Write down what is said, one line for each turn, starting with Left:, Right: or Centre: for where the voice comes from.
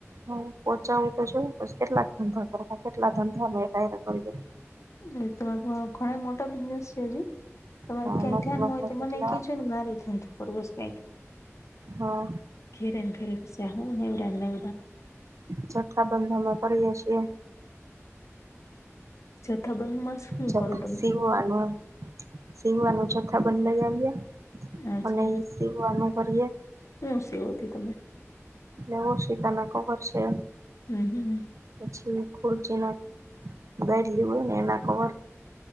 Right: હા પોહચાવુ તો જો પછી કેટલાક ધંધા કરવા, કેટલા ધંધા <unintelligible>
Left: હા તો ઘણો મોટા બજનેસ છે હિ ની. તમારે
Right: હા
Left: ક્યાંય
Right: નોખા
Left: ધ્યાનમાં
Right: નોખા
Left: હોય તો
Right: કેટલા
Left: મને કજો ને મારે ધંધો કરવો છે કાઈક.
Right: હા
Left: ઘરે ને ખરે પસ્યા હવરાના લાયરા
Right: જથ્થા બંધ ના વેપારી ઓ છીએ.
Left: જથ્થા બંધ માં શું
Right: જથથી
Left: કરો તમે
Right: સીવવાનું સીવવા ને જથ્થા બંધ લઈ આવ્યે.
Left: અચ્છા
Right: અને એ સીવવાનું કરીએ.
Left: હું સીવો છો તમે?
Right: બ્લાઉઝ ઓશિકા ના કવર છે
Left: હમમ હમમ.
Right: પછી ખુરચી ના ગાઈડ લીધૂ ને એના કવર